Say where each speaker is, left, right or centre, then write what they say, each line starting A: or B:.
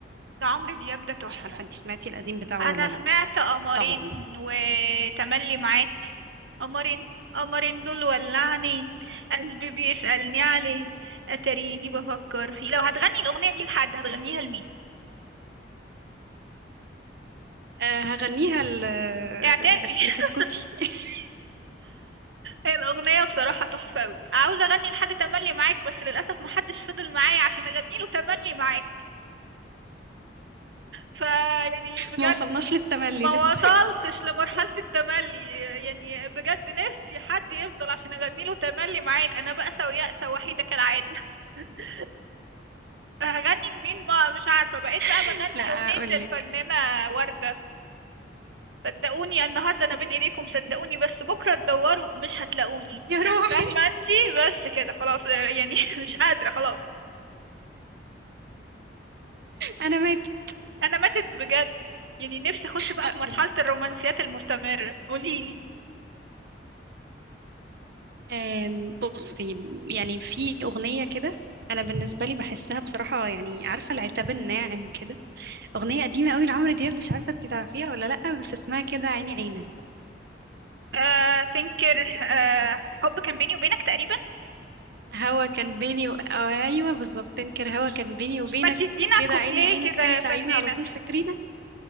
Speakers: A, on the right; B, on the right.
A: ده عمرو دياب ده تحفة
B: مش عارفه انت سمعتي القديم بتاعه
A: انا
B: ولا لا
A: سمعت قمرين
B: طبعا
A: وتملي معاك قمرين قمرين دول ولعني قلبي بيسألني عليه اتاريني بفكر فيه لو هتغني الاغنية دي لحد هتغنيها لمين
B: أه هغنيها ال-
A: اعترفي
B: اللي
A: <laughs>
B: كتكوتي <laughs>
A: هي الاغنية بصراحة تحفة اوي عاوزة اغني لحد تملي معاك بس للاسف محدش فضل معايا عشان اغني له تملي معاك فيعني بجد
B: ما وصلناش للتملي
A: ما
B: لسه
A: وصلتش لمرحلة التملي يعني بجد نفسي حد يفضل عشان اغني له تملي معاك انا بأسة ويأسة وحيدة كالعادة <laughs> هغني لمين بقى مش عارفة بقيت بقى
B: <laughs>
A: بغني
B: لا اقول
A: أغنية الفنانة
B: لك
A: وردة صدقوني النهاردة أنا بين إيديكم صدقوني بس بكرة تدوروا مش هتلاقوني
B: يا
A: آه،
B: روحي
A: فاهمة أنتي بس كده خلاص آه، يعني <laughs> مش قادرة خلاص
B: انا ماتت
A: أنا ماتت بجد يعني نفسي أخش بقى
B: هقولك.
A: في مرحلة الرومانسيات المستمرة قوليلي
B: آم، بصي يعني في اغنيه كده انا بالنسبه لي بحسها بصراحه يعني عارفه العتاب الناعم كده اغنيه قديمه قوي لعمرو دياب مش عارفه انت تعرفيها ولا لا بس اسمها كده عيني عينك
A: آه تنكر آه حب كان بيني وبينك تقريبا
B: هوا كان بيني و... أو ايوه بالظبط تنكر هوا كان بيني وبينك
A: ما تدينا
B: كده
A: كوبليه
B: عيني عينك
A: كده
B: تنسى
A: يا فنانة
B: عيوني على طول فاكرينك